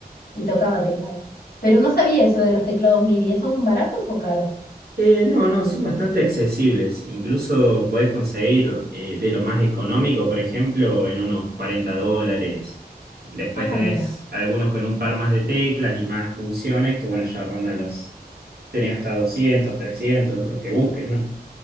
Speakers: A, on the left; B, on the right.
A: y tocaba teclado. Pero no sabía eso de los teclados MIDI, ¿son baratos o caros?
B: Eh, no, no, son bastante accesibles. Incluso podés conseguir eh, de lo más económico, por ejemplo, en unos 40 dólares. Después
A: Ah,
B: tenés
A: mira.
B: algunos con un par más de teclas y más funciones, que bueno, ya rondan los... Tenés hasta 200, 300, lo que busquen, ¿no?